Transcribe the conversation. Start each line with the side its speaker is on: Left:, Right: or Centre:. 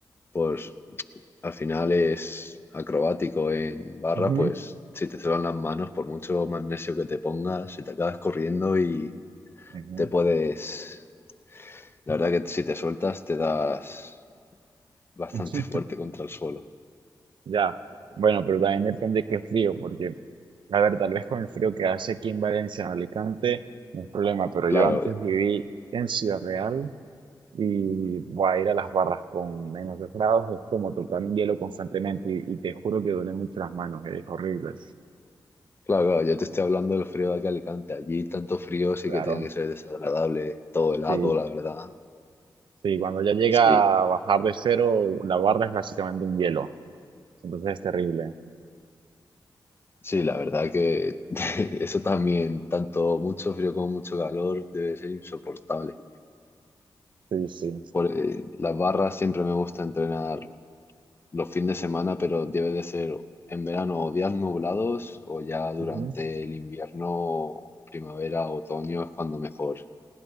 Left: pues al final es acrobático en barra,
Right: Ujú.
Left: pues si te suenan las manos, por mucho magnesio que te pongas, si te acabas corriendo y
Right: ujú.
Left: te puedes... La verdad que si te sueltas te das bastante
Right: <laughs>
Left: <laughs> fuerte contra el suelo.
Right: Ya, bueno, pero también depende qué frío, porque, a ver, tal vez con el frío que hace aquí en Valencia, en Alicante, no es problema, pero
Left: Claro,
Right: yo antes viví en Ciudad Real y voy a ir a las barras con menos 2 grados, es como tocar un hielo constantemente y, y te juro que duele mucho las manos, es horrible.
Left: claro, claro, yo te estoy hablando del frío de aquí a Alicante. Allí tanto frío sí
Right: Claro,
Left: que tiene que ser desagradable, todo helado,
Right: sí,
Left: la verdad.
Right: sí, cuando ya llega
Left: Sí,
Right: a bajar de cero, la barra es básicamente un hielo, entonces es terrible.
Left: sí, la verdad que <laughs> eso también, tanto mucho frío como mucho calor, debe ser insoportable.
Right: Sí, sí.
Left: Por, eh, las barras siempre me gusta entrenar los fines de semana, pero debe de ser en verano o días nublados o ya durante
Right: Ujú,
Left: el invierno, primavera, otoño es cuando mejor.